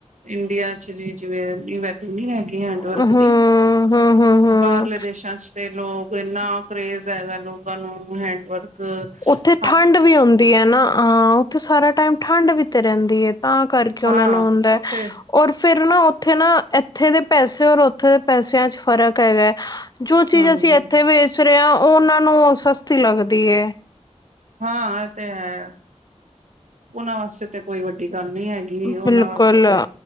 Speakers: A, on the right (about 85°); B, on the left (about 35°).
A: ਇੰਡੀਆ ਜੀ ਜਿਵੇਂ, ਵੈਲਿਊ ਨੀ ਹੈਗੀ ਹੈਂਡ ਵਰਕ
B: ਹਮ ਹਮ
A: ਦੀ।
B: ਹਮ ਹਮ
A: ਬਾਹਰਲੇ ਦੇਸਾਂ 'ਚ ਤੇ ਲੋਕ ਇੰਨਾ ਕਰੇਜ ਹੈਗਾ ਲੋਕਾਂ ਨੂੰ ਹੈਂਡਵਰਕ ਅ
B: ਉੱਥੇ ਠੰਡ ਵੀ ਆਉਂਦੀ ਹੈ ਨਾ ਆ ਉੱਥੇ ਸਾਰਾ ਟਾਈਮ ਠੰਡ ਵੀ ਤੇ ਰਹਿੰਦੀ ਏ। ਤਾਂ ਕਰਕੇ
A: ਹਾਂ
B: ਉਹਨਾ ਨੂੰ ਹੁੰਦਾ ਹੈ,
A: ਉੱਥੇ
B: ਔਰ ਫਿਰ ਨਾ ਉੱਥੇ ਨਾ ਇਥੇ ਦੇ ਪੈਸੇ ਔਰ ਉੱਥੇ ਦੇ ਪੈਸਿਆਂ 'ਚ ਫਰਕ ਹੈਗਾ ਹੈ ਜੋ ਚੀਜ਼
A: ਹਾਂਜੀ
B: ਅਸੀਂ ਇੱਥੇ ਵ ਵੇਚ ਰਹੇ ਆ ਉਹਨਾਂ ਨੂੰ ਸਸਤੀ ਲੱਗਦੀ ਹੈ।
A: ਹਾਂ ਇਹ ਤੇ ਹੈ। ਉਹਨਾਂ ਵਾਸਤੇ ਤੇ ਕੋਈ ਵੱਡੀ ਗੱਲ ਨਹੀਂ ਹੈਗੀ ਉਹਨਾਂ
B: ਬਿਲਕੁਲ
A: ਵਾਸਤੇ ਤੇ